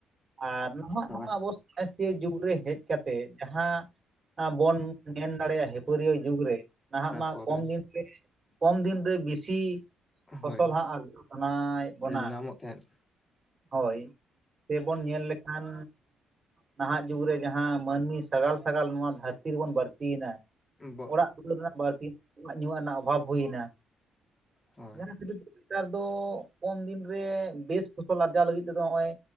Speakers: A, on the right (about 40°); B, on the left (about 25°).
A: ᱟᱨ ᱱᱟᱦᱟᱜ
B: ᱦᱳᱭ
A: ᱱᱚᱣᱟ ᱚᱵᱚᱼᱼ ᱟᱹᱛᱩ ᱡᱩᱜᱽ ᱨᱮ ᱦᱮᱡ ᱠᱟᱛᱮ ᱡᱟᱦᱟᱸ ᱵᱚᱱ ᱢᱮᱱ ᱫᱟᱲᱮᱭᱟᱜ ᱦᱮᱯᱟᱹᱨᱤᱭᱟᱹ ᱡᱩᱜᱽ ᱨᱮ ᱱᱟᱦᱟᱜ
B: ᱛᱟᱨᱯᱚᱨᱮ
A: ᱢᱟ ᱠᱚᱢ ᱫᱤᱱ ᱨᱮ ᱠᱚᱢ ᱫᱤᱱᱨᱮ ᱵᱮᱥᱤᱼᱼ
B: ᱦᱳᱭ
A: ᱯᱷᱚᱥᱚᱞ ᱦᱟᱸᱜ ᱟᱨᱡᱟᱣ ᱥᱟᱱᱟᱭᱮᱫ ᱵᱚᱱᱟ
B: ᱧᱟᱢᱚᱜ ᱛᱟᱦᱮᱸᱫ
A: ᱦᱳᱭ ᱥᱮᱵᱚᱱ ᱧᱮᱞ ᱞᱮᱠᱷᱟᱱ ᱱᱟᱦᱟᱜ ᱡᱩᱜᱽ ᱨᱮ ᱡᱟᱦᱟᱸ ᱢᱟᱹᱱᱢᱤᱼᱼ ᱥᱟᱜᱟᱞ ᱥᱟᱜᱟᱞ ᱱᱚᱣᱟ ᱫᱷᱟᱹᱨᱛᱤ ᱨᱮᱵᱚᱱ ᱵᱟᱹᱲᱛᱤ ᱭᱮᱱᱟ᱾
B: ᱦᱳᱭ
A: ᱚᱲᱟᱜ ᱫᱩᱣᱟᱹᱨ ᱨᱮᱱᱟᱜ ᱵᱟᱹᱲᱛᱤ ᱡᱚᱢᱟᱜ ᱧᱩᱣᱟᱜ ᱨᱮᱱᱟᱜ ᱚᱵᱷᱟᱵᱽ ᱦᱩᱭ ᱮᱱᱟ,
B: ᱦᱳᱭ
A: ᱡᱟᱦᱟᱸ ᱠᱷᱟᱹᱛᱤᱨ ᱛᱮ ᱱᱮᱛᱟᱨ ᱫᱚ ᱠᱚᱢ ᱫᱤᱱ ᱨᱮ ᱵᱮᱥᱼᱼ ᱯᱷᱚᱥᱚᱞ ᱟᱨᱡᱟᱣ ᱞᱟᱹᱜᱤᱫ ᱛᱮᱫ ᱱᱚᱜᱼᱚᱭ